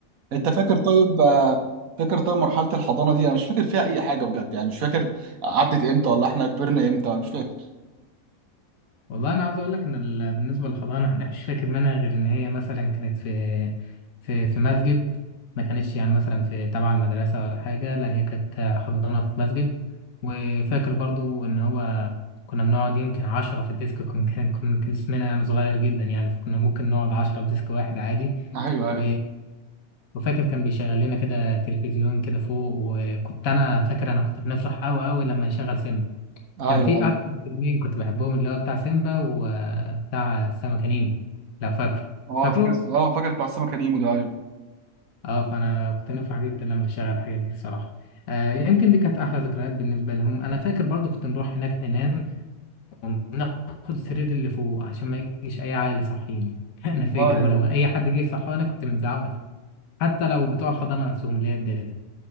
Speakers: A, on the right; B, on the left.
A: انت فاكر طيب آه، فاكر طيب مرحله الحضانه دي انا مش فاكر فيها اي حاجه بجد يعني مش فاكر عدت امتى ولا احنا كبرنا امتى مش فاكر
B: والله انا عاوز اقول لك ان ال- بالنسبه للحضانه احنا مش فاكر منها غير ان هي مثلا كانت في في في مسجد ما كانتش يعني مثلا في تبع المدرسه ولا حاجه لا هي كانت حضانه في مسجد وفاكر برضو ان هو كنا بنقعد يمكن عشرة في الديسك كنا كان كنا اسمنا يعني صغير جدا يعني فكنا ممكن نقعد عشرة في ديسك واحد عادي
A: ايوه ايوه
B: و- وفاكر كان بيشغل لنا كده تلفزيون كده فوق وكنت انا فاكر انا كنت بنفرح قوي قوي لما يشغل سيمبا
A: ايوه
B: كان في
A: ايوه
B: أكتر فيلمين كنت بحبهم اللي هو بتاع سيمبا وبتاع سمكة نيمو لو فاكره
A: اه
B: فاكره؟
A: فاكر اه فاكر بتاع السمكه نيمو ده ايوه
B: اه فأنا كنت نفرح جدا لما أشغل الحاجات دي الصراحة آه يمكن دي كانت أحلى ذكريات بالنسبة لهم أنا فاكر برضو كنت نروح هناك ننام وناخد السرير اللي فوق عشان ما يجيش أي عائل يصحيني <laughs> أنا فاكر
A: اه يعني
B: ولو أي حد جه يصحانا كنت بنزعق حتى لو بتوع الحضانة نفسهم اللي هي الدادة